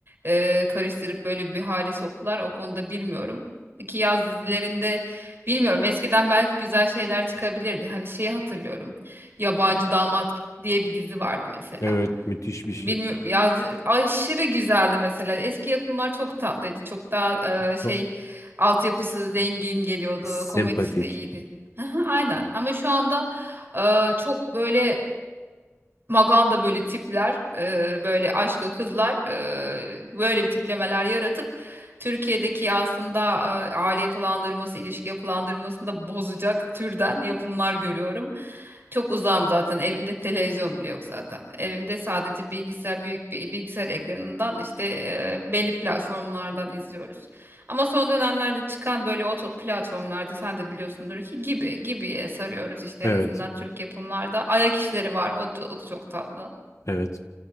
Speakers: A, on the right (about 45°); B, on the left (about 80°).
A: e, karıştırıp böyle bir hale soktular o konuda bilmiyorum. Ki yaz dizilerinde Bilmiyorum eskiden belki güzel şeyler çıkabilirdi. Hani şeyi hatırlıyorum. Yabancı Damat diye bir dizi vardı mesela.
B: Evet müthiş bir şey.
A: Bilmiyorum ya zi- aşırı güzeldi mesela. Eski yapımlar çok tatlıydı. Çok daha e, şey
B: Ko-
A: altyapısı zengin geliyordu.
B: Sempatik.
A: Komedisi de iyiydi. <laughs> Aha, Aynen ama şu anda e, çok böyle Maganda böyle tipler, e, böyle aşkı kızlar, e, böyle bir tiplemeler yaratıp Türkiye'deki aslında e, aile yapılandırması, ilişki yapılandırmasını da bozacak türden yapımlar görüyorum. Çok uzağım zaten. Evimde televizyon bile yok zaten. Evimde sadece bilgisayar büyük bir bilgisayar ekranından işte e, belli platformlardan izliyoruz. Ama son dönemlerde çıkan böyle oto platformlarda sen de biliyorsundur ki gibi gibiye sarıyoruz işte
B: Evet,
A: en azından Türk yapımlarda. Ayak işleri var. O da, o da çok tatlı.
B: evet.